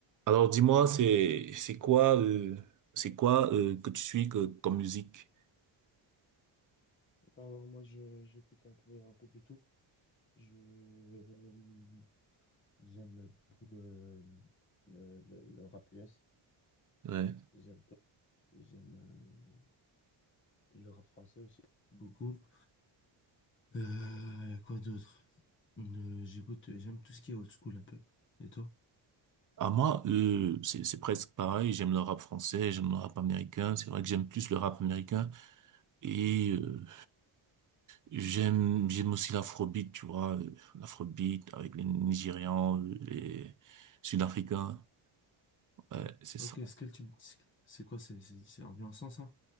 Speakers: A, on the right; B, on the left.
A: Alors dis-moi, c'est c'est quoi euh, c'est quoi euh, que tu suis que, comme musique?
B: Alors moi je j'écoute un peu un peu de tout. Je euh, j'aime beaucoup euh, le, le, le rap US.
A: Ouais.
B: J'aime j'aime euh, le rap français aussi. Beaucoup. Euh, y a quoi d'autre? Euh, j'écoute, j'aime tout ce qui est old school un peu. Et toi?
A: À moi, euh, c'est c'est presque pareil. J'aime le rap français, j'aime le rap américain. C'est vrai que j'aime plus le rap américain et euh, j'aime j'aime aussi l'afrobeat, tu vois, euh, l'afrobeat avec les Nigérians, euh, les Sud-Africains. Ouais, c'est ça.
B: Ok, Skull, tu me dis- c'est quoi? C'est c'est- c'est ambiançant, ça?